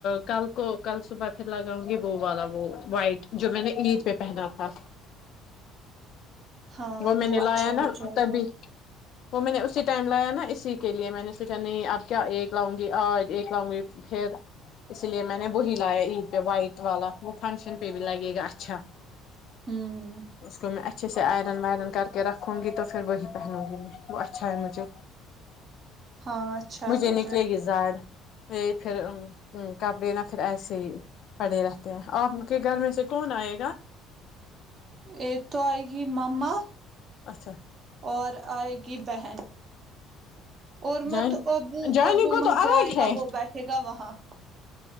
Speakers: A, on the left; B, on the right.
A: کل کو کل صبح پھر لگاؤں گی وہ والا وہ وائٹ جو میں نے عید پہ پہنا تھا
B: ہاں
A: وہ میں نے
B: اچھا
A: لایا نا
B: ہو جائے
A: تبھی
B: گا
A: وہ میں نے اسی ٹائم لایا نا اسی کے لیے میں نے سوچا نہیں اب کیا ایک لاؤں گی آج ایک لاؤں گی پھر اسی لیے میں نے وہی لایا عید پہ وائٹ والا وہ فنکشن پہ بھی لگے گا اچھا
B: ہوں
A: اس کو میں اچھے سے آئرن وائرن کر کے رکھوں گی تو پھر وہ پہنوں گی میں اچھا ہے مجھے
B: ہاں اچھا
A: مجھے
B: ہو
A: نکلے
B: جائے
A: گی
B: گا
A: جاڑ یہ پھر کپڑے نہ پھر ایسے ہی پڑے رہتے ہیں آپ کے گھر میں سے کون آئے گا
B: ایک تو ہے گ مامما
A: اچھا
B: اور آئے گی بہن اور
A: جان
B: مت ابو
A: جانی
B: ابو
A: کو
B: مت
A: تو الگ
B: جائے گا
A: ہے
B: وہ بیٹھے گا وہاں